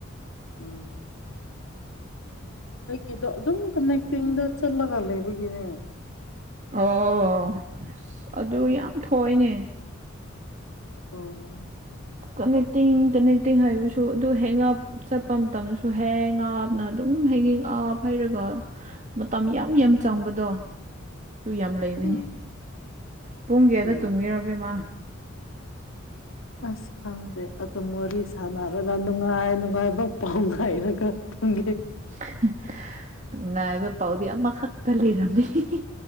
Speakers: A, on the left (about 85°); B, on the right (about 35°).
A: ꯎꯝ ꯑꯩꯒꯤꯗꯣ ꯑꯗꯨꯝ ꯀꯅꯦꯛꯇꯤꯡꯗ ꯆꯠꯂꯒ ꯂꯩꯕꯒꯤꯅꯦ
B: ꯑꯣ ꯑꯁ ꯑꯗꯨ ꯌꯥꯝ ꯊꯣꯏꯏꯅꯦ
A: ꯑꯣ
B: ꯀꯅꯦꯛꯇꯤꯡ ꯀꯅꯦꯛꯇꯤꯡ ꯍꯥꯏꯕꯁꯨ ꯑꯗꯨ ꯍꯦꯡꯑꯞ ꯆꯠꯄ ꯃꯇꯝꯗꯁꯨ ꯍꯦꯡ ꯑꯥꯞꯅ ꯑꯗꯨꯝ ꯍꯌꯦꯡ ꯑꯥꯞ ꯅ ꯍꯩꯔꯒ ꯃꯇꯝ ꯌꯥꯝ ꯌꯥꯝ ꯆꯪꯕꯗꯣ ꯑꯗꯨꯨ ꯌꯥꯝ ꯂꯩꯕꯅꯤ
A: ꯎꯝ
B: ꯄꯨꯡ ꯀꯌꯥꯗ
A: ꯎꯝ
B: ꯇꯨꯝꯒꯦꯔꯥ ꯑꯕꯦꯝꯃꯥ
A: ꯑꯁ ꯈꯪꯗꯦ ꯑꯗꯨꯝ ꯋꯥꯔꯤ ꯁꯥꯟꯅꯔꯒ ꯅꯨꯡꯉꯥꯏ ꯅꯨꯡꯉꯥꯏꯕ ꯄꯥꯎ ꯉꯥꯏꯔꯒ ꯊꯨꯡꯒꯦꯍꯦ
B: <unintelligible> ꯉꯥꯏꯕ ꯄꯥꯎꯗꯤ ꯑꯃꯈꯛꯇ ꯂꯩꯔꯝꯃꯤ ꯍꯦꯍꯦ